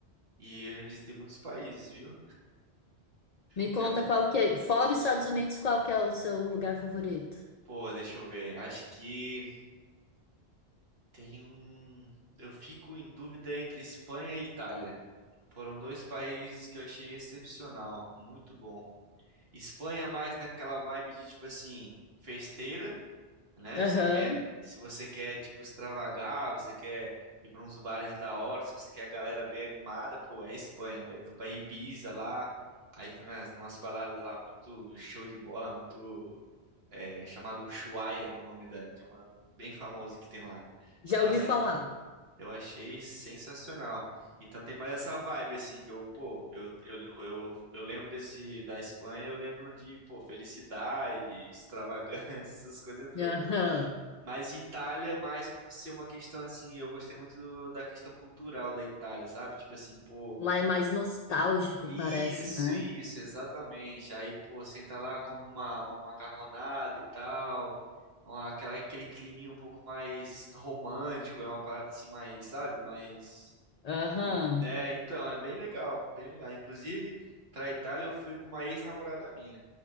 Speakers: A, on the right; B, on the left.
A: E eu já visitei muitos países, viu?
B: Me
A: Já,
B: conta qual que é, fora os Estados Unidos, qual que é o seu lugar favorito?
A: pô, deixa eu ver. Acho que tem um. Eu fico em dúvida entre Espanha e Itália. Foram dois países que eu achei excepcional, muito bom. Espanha é mais naquela vibe de tipo assim, festeira. né?
B: Aham,
A: Se você quer, se você quer, tipo, extravagar, você quer ir pra uns bares da hora, se você quer a galera bem animada, pô, é Espanha, velho. Fui pra Ibiza lá, aí fui nas nossas baladas lá, muito show de bola, muito é, chamado Ushuaia, é o nome da, de uma bem famosa que tem lá.
B: Já
A: Nossa,
B: ouvi falar.
A: eu achei sensacional. Então tem mais essa vibe assim que eu, pô, eu, eu, eu, eu lembro desse da Espanha, eu lembro de, pô, felicidade, extravagância, <laughs> essas coisas todas.
B: Aham.
A: Mas Itália, mais por ser uma questão assim, eu gostei muito do- da questão cultural da Itália, sabe? Tipo assim, pô,
B: Lá é mais nostálgico,
A: i-
B: parece,
A: isso,
B: né?
A: isso, exatamente. Aí, pô, senta lá, come uma, uma macarronada e tal, uma- aquela, aquele climinha um pouco mais romântico, é uma parada assim, mais, sabe? Mais.
B: Aham.
A: gu- É, então, é bem legal, bem legal. Inclusive, pra Itália eu fui com uma ex-namorada minha.